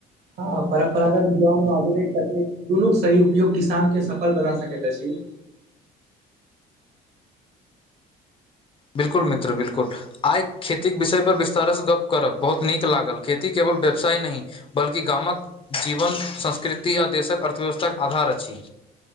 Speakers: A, on the right; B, on the left.
A: ह परम्परागत ज्ञान आधुनिक तकनीक दुनू कऽ सही उपयोग किसान के सफल बना सकैत अछि
B: बिल्कुल मित्र बिल्कुल। आई खेती कऽ विषय पर विस्तारसँ गप्प करब बहुत नीक लागल खेती केवल व्यवसाय नहि बल्कि गाम कऽ जीवन संस्कृति आ देश कऽ अर्थव्यवस्थाक आधार अछि